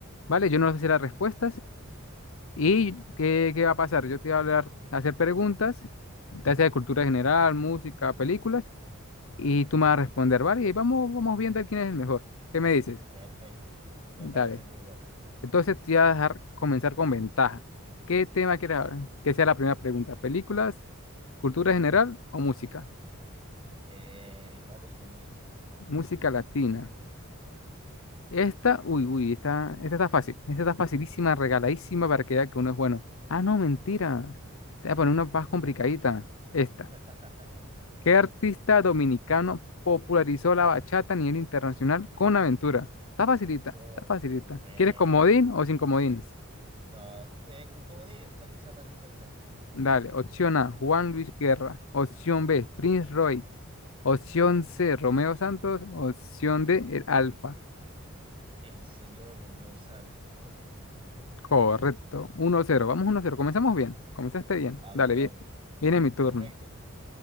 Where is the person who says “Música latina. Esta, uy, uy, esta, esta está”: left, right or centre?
Left